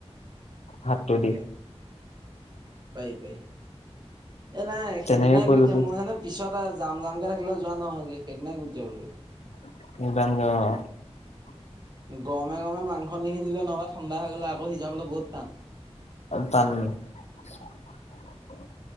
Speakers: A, on the left; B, on the right.
A: হাতটো
B: তাকে
A: দি
B: পায়ি পয়ি। এ নাই সেইদিনাই
A: তেনেকে কৰিলো
B: গুচিযাম মই নে পিছত জাম জামকে থাকিলে যোৱা নহয় কি সেইদিনাই গুচিযাব লাগিব।
A: <unintelligible>
B: গৰমে গৰমে মাংস নিসিজিলে নহবা ঠাণ্ডা হৈ গ'লে আকৌ সিজাবলে বহুত টান।
A: তান <unintelligible>